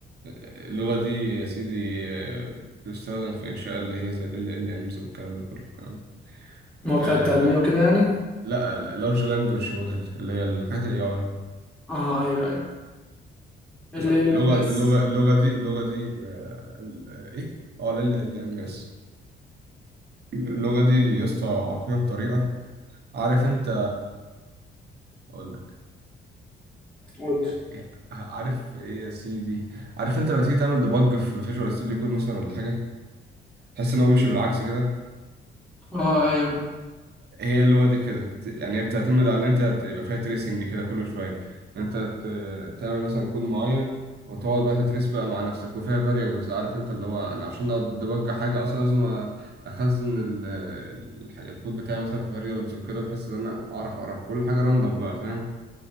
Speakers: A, on the right; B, in the centre.
A: اللغة دي يا سيدي آه، بتستخدم في إنشاء اللي هي زي ال LLMs والكلام ده كله تمام
B: مواقع
A: آه
B: التعليمية وكده يعني
A: لا ال Large Language Model اللي هي الحاجات ال AI
B: اه ايوه ايوه ال
A: ف-
B: ال
A: لغة
B: ام اس
A: اللغة اللغة دي اللغة دي آه ال- آه، إيه؟ اه ال LLMs اللغة دي يا اسطى عقيمة بطريقة عارف انت اقول لك
B: قول
A: يعني إيه، عارف ايه يا سيدي عارف انت لما تيجي تعمل ديبج في فيجوال ستوديو كود مثلا ولا حاجة تحس ان هو بيمشي بالعكس كده
B: اه ايوه
A: هي اللغة دي كده يعني هي بتعتمد على ان انت تبقى فيها تريسنج كده كل شوية ان انت ت- تعمل مثلا كود معين وتقعد بقى تتريس بقى مع نفسك وفيها فاريبلز عارف انت اللي هو انا عشان ادبج حاجة اصلا لازم أ- اخزن ال- ال- الحاجة- الكود بتاعي مثلا في فاريبلز وكده بحيث ان انا اعرف اعرف كل حاجة راندوم بقى فاهم